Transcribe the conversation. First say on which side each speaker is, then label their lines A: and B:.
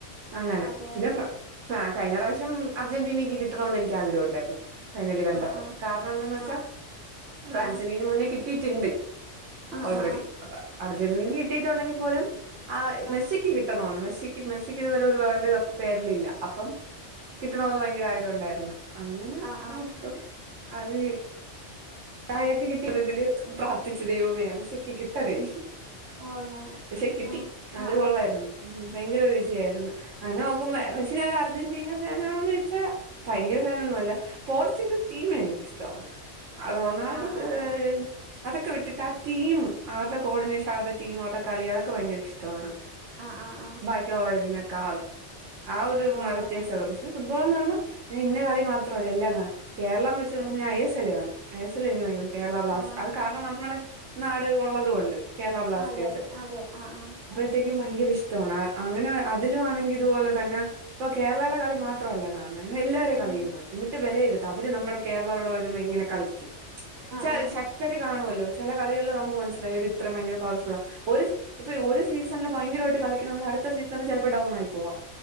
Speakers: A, on the right; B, on the right.
A: അങ്ങനെ
B: അതെ
A: പിന്നെ
B: അതെ
A: ഫ്രാ ഫ്രാ കഴിഞ്ഞ പ്രാവശ്യം അർജന്റീനക്ക് കിട്ടണോന്ന് എനിക്ക് ആഗ്രഹം ഒണ്ടാരുന്നു ഫൈനല് കണ്ടപ്പം
B: ആ ആ
A: കാരണം എന്താന്ന് വെച്ചാ
B: ആ
A: ഫ്രാൻസിന്
B: ആ ആ
A: ഇതിന് മുന്നേ കിട്ടീട്ട്ണ്ട്
B: ആ
A: ഓൾറെഡി
B: ആ
A: അപ്പ അർജന്റീനക്ക്‌ കിട്ടീട്ടൊണ്ടെങ്കിൽ പോലും ആഹ്
B: ആ
A: മെസ്സിക്ക് കിട്ടണോന്ന് മെസ്സിക്ക് മെസ്സിക്കിതുവരെ ഒരു വേൾഡ് കപ്പ് പേരിലില്ല അപ്പം കിട്ടണോന്ന് ഭയങ്കര ആഗ്രഹം ഒണ്ടായിരുന്നു അങ്ങനെ
B: ആ ആ
A: നമുക്കിപ്പം അത് ഞാൻ അയാക്ക് കിട്ടിയ ഇതില് പ്രാർത്ഥിച്ചു ദൈവമേ മെസ്സിക്ക് കിട്ടണേ
B: ഓഹ് അങ്ങനെ
A: പക്ഷെ കിട്ടി
B: ആഹ്
A: അത്
B: ആഹ്
A: കൊള്ളായിരുന്നു ഉം ഭയങ്കര ഒരു വിജയായിരുന്നു അങ്ങനെ നോക്കുമ്പ പക്ഷെ ഞാൻ ഒരു അർജന്റീന ഫാനാണോന്ന് വച്ചാ ഭയങ്കര ഫാനൊന്നുമല്ല പോർച്ചുഗൽ ടീമെനിക്കിഷ്ട്ടവാണ് ആഹ് റൊണാൾഡോ
B: ആഹ്
A: കേ
B: ആഹ്
A: അതൊക്കെ വിട്ടിട്ട് ആ ടീം അവര്ടെ കോർഡിനേഷൻ അവര്ടെ ടീം അവര്ടെ കളി അതൊക്കെ ഭയങ്കര ഇഷ്ടവാണ്
B: ആഹ് ആഹ് ആഹ് ആഹ് ആഹ്
A: ബാക്കി ഉള്ളതിനേക്കാളും ആഹ് ഒരു
B: ഓ
A: <unintelligible>
B: അങ്ങനെ
A: വ്യത്യാസമേ ഒള്ളു പക്ഷെ ഫുട്ബോളെന്നു പറയുമ്പോ ഞാൻ ഇന്ന കളി മാത്രല്ല എല്ലാം കാണും കേരളം വെച്ച് നോക്കുമ്പോ
B: ഉം
A: ഞാൻ എ എസ് എല്ല് കാണും എ എസ് എല്ലെനിക്ക് ഭയങ്കര കേരള ബ്ലാസ്
B: ആഹ്
A: അത് കാരണം നമ്മടെ നാട് ഒള്ളത് കൊണ്ട് കേരള ബ്ലാസ്റ്റേഴ്സ്
B: അതെ അതെ അതെ ആഹ് ആഹ്
A: റ്റക്കും ഭയങ്കര ഇഷ്ടവാണ് ആഹ് അങ്ങനെ അതിലു ആണെങ്കി ഇതുപോലെ തന്നെ ഇപ്പ കേരളേടെ കളി മാത്രല്ല കാണ ന്ന് എല്ലാരുടെ കളിയും
B: ഉം
A: കാണും എന്നിട്ട് വിലയിരുത്തും അവര് നമ്മടെ കേരളോടെ വരുമ്പോ എങ്ങനെ കളി
B: ആഹ്
A: ച
B: ആഹ്
A: ശക്തര് കാണുവല്ലോ ചെല കളികളില് നമുക്ക് മനസ്സിലായി അവര് ഇത്ര ഭയങ്കര പവർഫുള്ളാ ഒരു ഇപ്പ ഒരു സീസണില് ഭയങ്കരവായിട്ട് കളിക്ക്ണവര് അടുത്ത സീസണില് ചെലപ്പോ ഡൗൺ ആയി പോവാം